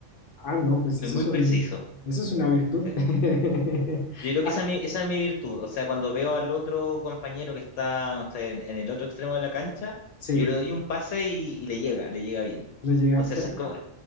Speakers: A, on the left (about 50°); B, on the left (about 75°).
A: Ah, no, pues
B: soy
A: eso
B: muy
A: es un,
B: preciso.
A: eso es una virtud.
B: sí.
A: <laughs>
B: Yo creo
A: Ah,
B: que esa es mi, esa es mi virtud. O sea, cuando veo al otro compañero que está, no sé, en, en el otro extremo de la cancha,
A: sí,
B: yo le doy un pase y, y le llega, le llega bien.
A: le llega.
B: Entonces,
A: per-
B: esa es como,